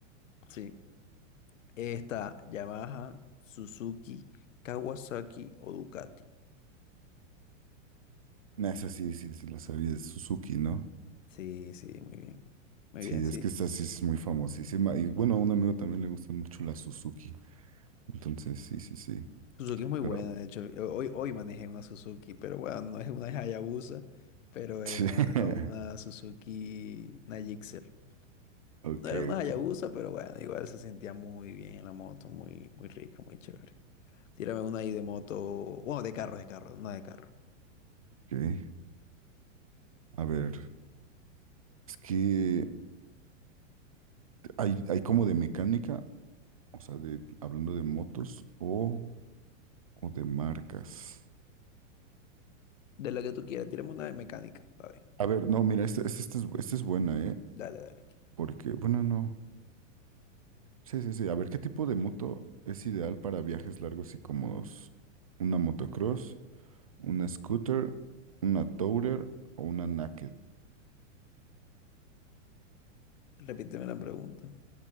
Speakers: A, on the left; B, on the right.
A: Sí. está Yamaha, Suzuki, Kawasaki o Ducati.
B: Nah, esa sí, sí, sí, la sabía, es Suzuki, ¿no?
A: Sí, sí, muy bien. Muy
B: Sí,
A: bien, sí.
B: es que esta sí es muy famosísima. Y bueno, a un amigo también le gusta mucho la Suzuki. Entonces, sí, sí, sí.
A: Suzuki es muy
B: Pero,
A: buena, de hecho. Ho- Hoy, hoy manejé una Suzuki, pero bueno, no es una Hayabusa, pero era
B: <laughs> sí.
A: una Suzuki, una Gixxer.
B: Ok,
A: No era una
B: ok,
A: Hayabusa, pero bueno, igual se sentía muy bien en la moto, muy, muy rica, muy chévere. Tírame una ahí de moto, bueno, de carro, de carro, una de carro.
B: ok. A ver, es que hay, hay como de mecánica, o sea, de, hablando de motos o, o de marcas.
A: De la que tú quieras, tírame una de mecánica, pa' ver.
B: A ver, no, mira, esta este, este es, esta es buena, ¿eh?
A: Dale, dale.
B: Porque, bueno, no. Sí, sí, sí. A ver, ¿qué tipo de moto es ideal para viajes largos y cómodos? ¿Una motocross, una scooter, una tourer o una naked?
A: Repíteme la pregunta.